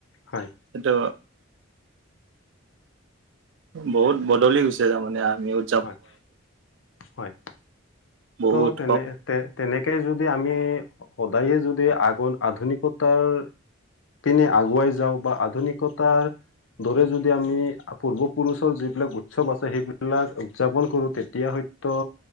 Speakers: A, on the left; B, on the right.
A: হয়
B: এইটো বহুত বদলি হৈছে তাৰমানে আমিও
A: হয় হয়,
B: বহু
A: ত'
B: উৎসৱ
A: তেনে তে তেনেকে যদি আমি সদায়ে যদি আগ আধুনিকতাৰ পিনে আগুৱাই যাওঁ বা আধুনিকতাৰ দৰে যদি আমি পূৰ্বপুৰুষৰ যিবিলাক উৎসৱ আছে সেইবিলাক উদযাপন কৰো তেতিয়া হয়তো